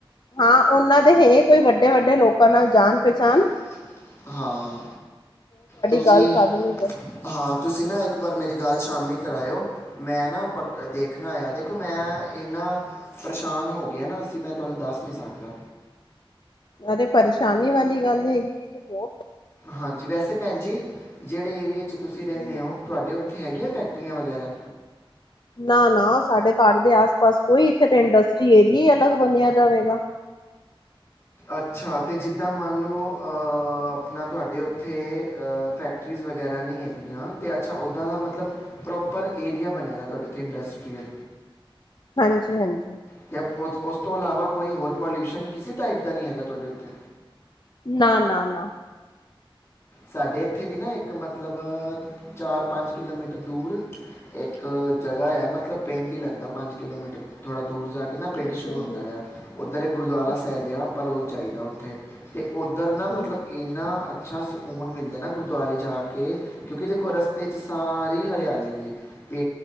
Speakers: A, on the left; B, on the left.
A: ਹਾਂ, ਉਹਨਾਂ ਦੇ ਹੇ ਕੋਈ ਵੱਡੇ-ਵੱਡੇ ਲੋਕਾਂ ਨਾਲ ਜਾਣ-ਪਹਿਚਾਣ।
B: ਪਛਾਣ ਹਾਂ, ਤੁਸੀਂ
A: ਗੱਲ ਕਰਨਗੇ
B: ਹਾਂ। ਤੁਸੀਂ ਨਾ ਇੱਕ ਵਾਰ ਮੇਰੀ ਗੱਲ ਸ਼ਾਮੀ ਕਰਾਯੋ। ਮੈਂ ਨਾ ਪਕ ਦੇਖਣਾ ਆ, ਦੇਖੋ ਮੈਂ ਇਹਨਾਂ ਪਰੇਸ਼ਾਨ ਹੋ ਗਿਆ ਨਾ। ਅਸੀਂ ਮੈਂ ਤੁਹਾਨੂੰ ਦੱਸ ਨੀ ਸਕਦਾ।
A: ਅ ਤੇ ਪਰੇਸ਼ਾਨੀ ਵਾਲੀ ਗੱਲ ਹੈਗੀ। ਇਹ ਤੇ ਬਹੁ
B: ਹਾਂਜੀ, ਵੈਸੇ ਭੈਣ ਜੀ, ਜਿਹੜੇ ਏਰੀਏ 'ਚ ਤੁਸੀਂ
A: ਗੱਲ
B: ਰਹਿਣੇ ਔ, ਤੁਹਾਡੇ ਹੈਗੀਆਂ ਫੈਕਟਰੀਆਂ ਵਗੈਰਾ?
A: ਨਾ ਨਾ ਸਾਡੇ ਘਰ ਦੇ ਆਸ ਪਾਸ ਕੋਈ ਇੱਥੇ ਤੇ ਇੰਡਸਟਰੀ ਏਰੀਆ ਹੀ ਅਲੱਗ ਬਨਿਆ ਦਾ ਵਗਾ
B: ਅੱਛਾ ਤੇ ਜਿੱਦਾਂ ਮੰਨ ਲਓ ਆਪਣਾ ਤੁਹਾਡੇ ਉੱਥੇ ਫੈਕਟਰੀਜ਼ ਵਗੈਰਾ ਨਹੀਂ ਹੈਗਗੀਆਂ ਅਤੇ ਅੱਛਾ ਉੱਦਾਂ ਦਾ ਮਤਲਬ ਪ੍ਰੋਪਰ ਏਰੀਆ ਬਣਿਆ ਹੈ ਤੁਹਾਡੇ ਇੱਥੇ ਇੰਡਸਟਰੀਅਲ
A: ਹਾਂਜੀ- ਹਾਂਜੀ।
B: ਅਤੇ ਉਸ ਉਸ ਤੋਂ ਇਲਾਵਾ ਕੋਈ ਹੋਰ ਪੋਲਿਊਸ਼ਨ ਕਿਸੇ ਟਾਈਪ ਦਾ ਨਹੀਂ ਹੈਗਾ ਤੁਹਾਡੇ ਉੱਤੇ
A: ਨਾ ਨਾ ਨਾ
B: ਸਾਡੇ ਇੱਥੇ ਵੀ ਨਾ ਇੱਕ ਮਤਲਬ ਚਾਰ ਪੰਜ ਕਿਲੋਮੀਟਰ ਦੂਰ ਇੱਕ ਜਗ੍ਹਾ ਹੈ ਮਤਲਬ ਪਿੰਡ ਹੀ ਲੱਦਾ ਪੰਜ ਕਿਲੋਮੀਟਰ ਥੋੜ੍ਹਾ ਦੂਰ ਜਾ ਕੇ ਕਿ ਨਾ
A: ਹਮ
B: ਪਿੰਡ ਸ਼ੁਰੂ
A: ਹਮ
B: ਹੁੰਦਾ
A: ਹਮ
B: ਆ ਉੱਧਰ ਇੱਕ ਗੁਰਦੁਆਰਾ
A: ਅੱਛਾ
B: ਸਾਹਿਬ ਆ ਪਰ ਉਹ ਜਾਈਦਾ ਉੱਥੇ ਅਤੇ ਉੱਧਰ ਨਾ ਮਤਲਬ
A: ਹਮ ਹਮ
B: ਇੰਨਾ ਅੱਛਾ ਸੁ ਸਕੂਨ ਮਿਲਦਾ ਨਾ ਗੁਰਦੁਆਰੇ ਜਾ ਕੇ ਕਿਉਂਕਿ ਦੇਖੋ ਰਸਤੇ 'ਚ ਸਾਰੀ ਹਰਿਆਲੀ ਤੇ